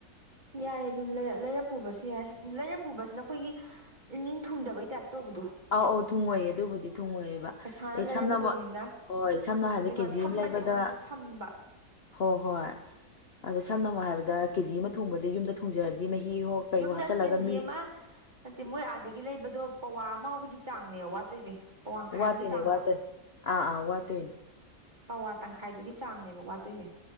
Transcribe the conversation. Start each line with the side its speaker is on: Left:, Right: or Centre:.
Right: ꯌꯥꯏ ꯑꯗꯨꯝ ꯂꯩꯔ ꯂꯩꯔ ꯄꯨꯕꯁꯨ ꯌꯥꯏ ꯂꯩꯔ ꯄꯨꯕꯁꯤꯅ ꯑꯩꯈꯣꯏꯒꯤ ꯏꯅꯤꯡ ꯊꯨꯡꯗꯕꯩ ꯇꯥꯏꯞ ꯇꯧꯕꯗꯣ
Left: ꯑꯧ ꯑꯧ ꯊꯨꯡꯉꯣꯏꯌꯦ ꯑꯗꯨꯕꯨꯗꯤ ꯊꯨꯡꯉꯣꯏꯑꯦꯕ
Right: ꯄꯩꯁꯥꯅ
Left: ꯑꯦ
Right: ꯂꯩꯔꯛꯀꯗꯣꯏꯅꯤꯅ
Left: ꯁꯝꯅꯃꯛ ꯍꯣꯏ ꯁꯝꯅ ꯍꯥꯏꯗ
Right: ꯑꯗꯨꯒ
Left: ꯀꯦꯖꯤ
Right: ꯁꯝꯕꯗꯤ
Left: ꯑꯃ ꯂꯩꯕꯗ
Right: ꯑꯃꯨꯛꯁꯨ ꯁꯝꯕ
Left: ꯍꯣꯏ ꯍꯣꯏ ꯑꯗꯣ ꯁꯝꯅꯃꯨꯛ ꯍꯥꯏꯕꯗ ꯀꯦꯖꯤ ꯑꯃ ꯊꯣꯡꯕꯁꯦ ꯌꯨꯝꯗ ꯊꯣꯡꯖꯔꯗꯤ ꯃꯍꯤꯋꯣ ꯀꯩꯋꯣ
Right: ꯌꯨꯝꯗ
Left: ꯍꯥꯞꯆꯤꯜꯂꯒ
Right: ꯀꯦꯖꯤ
Left: ꯃꯤ
Right: ꯑꯃ ꯅꯠꯇꯦ ꯃꯣꯏ ꯑꯥꯗꯒꯤ ꯂꯩꯕꯗꯣ ꯄꯋꯥ ꯑꯃꯥꯎꯕꯒꯤ ꯆꯥꯡꯅꯦꯕ ꯋꯥꯠꯇꯣꯏꯁꯦ ꯄꯋꯥ ꯈꯥꯏ
Left: ꯋꯥꯠꯇꯣꯏꯅꯤ
Right: ꯑꯃꯒꯤ ꯆꯥꯡꯂ
Left: ꯋꯥꯊꯣꯏꯅꯤ ꯑꯥ ꯑꯥ ꯋꯥꯠꯇꯣꯏꯅꯤ
Right: ꯄꯧꯋꯥ ꯇꯪꯈꯥꯏꯗꯨꯒꯤ ꯆꯥꯡꯅꯦꯕ ꯋꯥꯇꯣꯏꯁꯦ